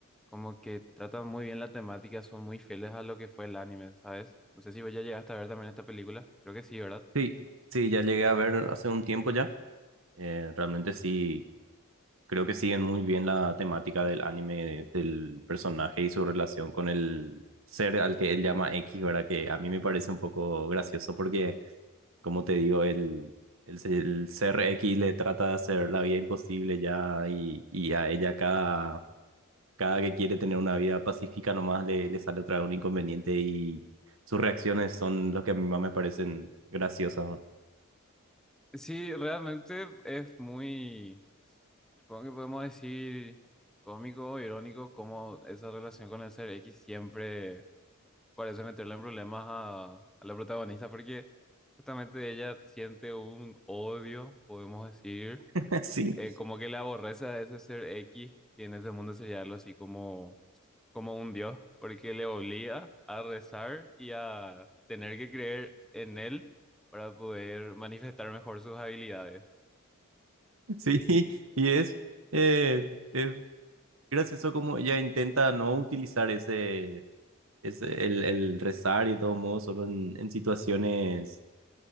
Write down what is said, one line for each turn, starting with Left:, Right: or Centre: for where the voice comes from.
Centre: Como que tratan muy bien la temática, son muy fieles a lo que fue el anime, ¿sabes? No sé si vos ya llegaste a ver también esta película. Creo que sí, ¿verdad?
Right: Sí, sí, ya llegué a ver hace un tiempo ya. Eh, realmente sí. Creo que siguen muy bien la temática del anime, del personaje y su relación con el ser al que él llama X, ¿verdad? Que a mí me parece un poco gracioso porque, como te digo, el, el, el ser X le trata de hacer la vida imposible ya y, y a ella cada, cada que quiere tener una vida pacífica nomás le, le sale otra vez un inconveniente y sus reacciones son los que a mí más me parecen graciosas. ¿no?
Centre: Sí, realmente es muy, supongo que podemos decir cómico, irónico, como esa relación con el ser X siempre por eso meterle en problemas a, a la protagonista, porque justamente ella siente un odio, podemos decir,
Right: <laughs> Sí,
Centre: eh, como que le aborrece a ese ser X, que en ese mundo sería algo así como, como un dios, porque le obliga a rezar y a tener que creer en él para poder manifestar mejor sus habilidades.
Right: sí, y es... Eh, es gracioso como ella intenta no utilizar ese, ese el, el rezar y de todos modos, solo en, en situaciones